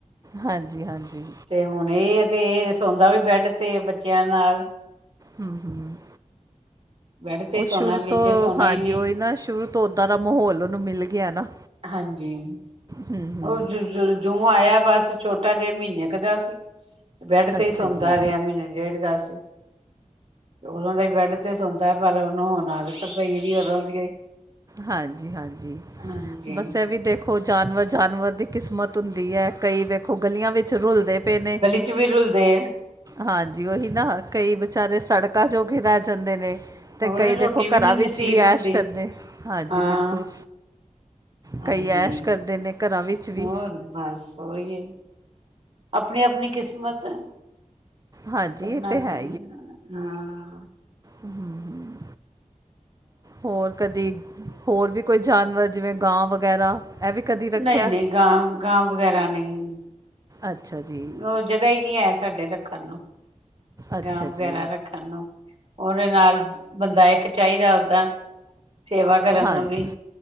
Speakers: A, on the right; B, on the right.
A: ਹਾਂਜੀ- ਹਾਂਜੀ।
B: ਤੇ ਹੁਣ ਇਹ ਏ, ਤੇ ਇਹ ਸੌਂਦਾ ਵੀ ਬੈਡ ਤੇ ਬੱਚਿਆਂ ਨਾਲ।
A: ਹੂੰ-ਹੂੰ,
B: ਬੈਡ ਤੇ
A: ਉਹ
B: ਹੀ ਸੋਣਾ
A: ਸ਼ੁਰੂ
B: ਨੀਚੇ
A: ਤੋਂ
B: ਸੋਣਾ
A: ਹਾਂਜੀ,
B: ਹੀ ਨਹੀਂ
A: ਉਹੀ ਨਾ ਸ਼ੁਰੂ ਤੋਂ ਓਦਾਂ ਦਾ ਮਹੌਲ, ਉਹਨੂੰ ਮਿਲ ਗਿਆ ਨਾ।
B: ਹਾਂਜੀ,
A: ਹੂੰ ਹੂੰ
B: ਉਹ ਜ ਜੂੰ ਆਇਆ, ਬਸ ਛੋਟਾ ਜਿਹਾ ਮਹੀਨੇ ਮਹੀਨੇ ਕ ਦਾ ਸੀ, ਤੇ ਬੈਡ ਤੇ
A: ਅੱਛਾ
B: ਹੀ ਸੌਦਾ
A: ਜੀ
B: ਰਿਹਾ, ਮਹੀਨੇ ਡੇਢ ਦਾ ਸੀ। ਉਹਨਾਂ ਦੇ ਬੈਡ ਤੇ ਸੌਂਦਾ, ਪਰ ਉਹਨੂੰ ਹੁਣ ਆਦਤ ਪਈ ਦੀ ਐ ਉਦੋਂ ਦੀ ਈ।
A: ਹਾਂਜੀ- ਹਾਂਜੀ,
B: ਹਾਂਜੀ
A: ਬਸ ਇਹ ਵੀ ਦੇਖੋ, ਜਾਨਵਰ- ਜਾਨਵਰ ਦੀ ਕਿਸਮਤ ਹੁੰਦੀ ਐ। ਕਈ ਵੇਖੋ ਗਲੀਆਂ ਵਿੱਚ ਰੁਲਦੇ ਪਏ ਨੇ।
B: ਜਿਵੇਂ ਰੁਲਦੇ ਐ।
A: ਹਾਂਜੀ ਉਹੀ ਨਾ, ਕਈ ਵਿਚਾਰੇ ਸੜਕਾਂ ਜੋਗੇ ਰਹਿ ਜਾਂਦੇ ਨੇ। ਤੇ
B: ਉਹ
A: ਕਈ ਦੇਖੋ
B: ਰੋਟੀ ਵੀ
A: ਘਰਾਂ
B: ਨੀ
A: ਵਿੱਚ
B: ਨਸੀਬ
A: ਵੀ ਐਸ਼
B: ਹੁੰਦੀ
A: ਕਰਦੇ, ਹਾਂਜੀ
B: ਹਾਂ
A: ਬਿਲਕੁਲ।
B: ਹਾਂਜੀ,
A: ਕਈ ਐਸ਼ ਕਰਦੇ ਨੇ ਘਰਾਂ ਵਿੱਚ ਵੀ
B: ਹੋਰ ਬਸ ਓਹੀ ਏ। ਆਪਣੀ- ਆਪਣੀ ਕਿਸਮਤ
A: ਹਾਂਜੀ
B: ਸਭਨਾਂ
A: ਇਹ ਤੇ
B: ਦੀ
A: ਹੈ
B: ਬਣਾ, ਹਾਂ।
A: ਹੂੰ- ਹੂੰ, ਹੋਰ ਕਦੀ ਹੋਰ ਵੀ ਕੋਈ ਜਾਨਵਰ ਜਿਵੇਂ ਗਾਂ ਵਗੈਰਾ ਇਹ ਵੀ ਕਦੀ ਰੱਖਿਆ
B: ਨਹੀਂ- ਨਹੀਂ, ਗਾਂ-ਗਾਂ ਵਗੈਰਾ ਨਹੀਂ
A: ਅੱਛਾ ਜੀ,
B: ਹੋਰ ਜਗ੍ਹਾ ਹੀ ਨਹੀਂ ਐ, ਸਾਡੇ ਰੱਖਣ ਨੂੰ।
A: ਅੱਛਾ
B: ਗਾਂ ਵਗੈਰਾ
A: ਜੀ
B: ਰੱਖਣ ਨੂੰ, ਉਹਦੇ ਨਾਲ ਬੰਦਾ ਇੱਕ ਚਾਹੀਦਾ ਓਦਾਂ। ਸੇਵਾ ਕਰਨ
A: ਹਾਂਜੀ
B: ਨੂੰ ਵੀ,